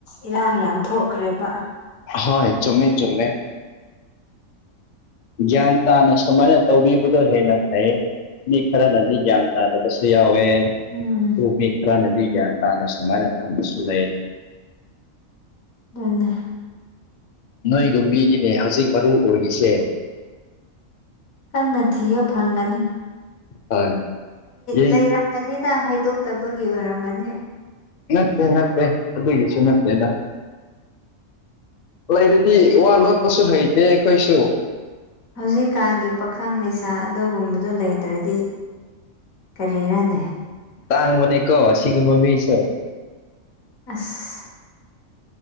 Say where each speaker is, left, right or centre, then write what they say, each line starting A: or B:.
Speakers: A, on the left; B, on the left.
A: ꯏꯔꯥꯡ ꯌꯥꯝ ꯊꯣꯛꯈ꯭ꯔꯦꯕ
B: ꯍꯣꯏ ꯆꯃꯦ ꯆꯃꯦ ꯒ꯭ꯌꯥꯟ ꯇꯥꯅ ꯁꯨꯃꯥꯏꯅ ꯇꯧꯕꯤꯕꯗꯣ ꯍꯦꯟꯅ ꯐꯩ ꯃꯤ ꯈꯔꯅꯗꯤ ꯒ꯭ꯌꯥꯟ ꯇꯥꯗꯕꯁꯨ ꯌꯥꯎꯋꯦ
A: ꯎꯝ
B: ꯑꯗꯨ ꯃꯤ ꯈꯔꯅꯗꯤ ꯒ꯭ꯌꯥꯟ ꯇꯥꯅ ꯁꯨꯃꯥꯏꯅ ꯊꯝꯕꯁꯨ ꯂꯩ
A: ꯑꯗꯨꯅꯦ
B: ꯅꯣꯏꯒꯨꯝꯕꯤꯒꯤꯅꯦ ꯍꯧꯖꯤꯛ ꯃꯔꯨ ꯑꯣꯏꯔꯤꯁꯦ
A: ꯀꯅ ꯊ ꯌ ꯐꯪꯒꯅꯤ
B: ꯍꯣꯏ ꯌꯦꯡ
A: ꯂꯩꯔꯝꯒꯅꯤꯗ ꯍꯥꯏꯗꯣꯛꯇꯕꯒꯤ ꯑꯣꯏꯔꯝꯒꯅꯤ
B: ꯅꯠꯇꯦ ꯅꯠꯇꯦ ꯑꯗꯨ ꯑꯗꯨꯒꯤꯁꯨ ꯅꯦꯗ ꯂꯩꯔꯗꯤ ꯋꯥ ꯂꯣꯠꯄꯁꯨ ꯍꯩꯇꯦ ꯑꯩꯈꯣꯏꯁꯨ
A: ꯍꯧꯖꯤꯛꯀꯥꯟꯒꯤ ꯄꯥꯈꯪ ꯂꯩꯅꯤꯁꯥ ꯑꯗꯨꯒꯨꯝꯕꯗꯨ ꯂꯩꯇ꯭ꯔꯗꯤ ꯀꯔꯤꯔꯅꯦ
B: ꯇꯥꯡꯕꯅꯦ ꯀꯣ ꯁꯤꯒꯨꯝ ꯃ ꯃꯤꯁꯨ
A: ꯑꯁ